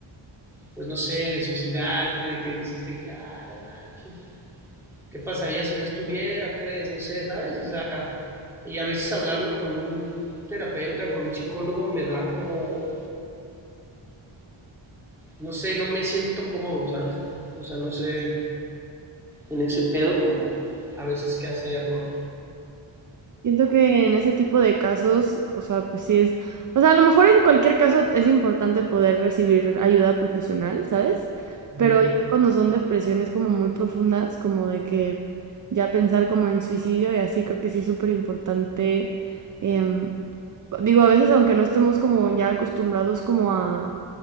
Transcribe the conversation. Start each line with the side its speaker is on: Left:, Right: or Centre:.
Centre: pues no sé, de suicidarte, de que dices de que, ah, no manches, ¿qué pasaría si no estuviera? Pues, no sé, ¿sabes? O sea, y a veces hablarlo con un terapeuta, con un psicólogo, me da como, no sé, no me siento cómodo, ¿sabes? O sea, no sé, en ese pedo como a veces qué hacer, ¿no?
Right: Siento que en ese tipo de casos, o sea, pues sí es, o sea, a lo mejor en cualquier caso es importante poder recibir ayuda profesional, ¿sabes?
Centre: Uh
Right: Pero
Centre: -huh.
Right: ya cuando son depresiones como muy profundas, como de que ya pensar como en suicidio y así, creo que sí es súper importante. em, digo, a veces aunque no estemos como ya acostumbrados como a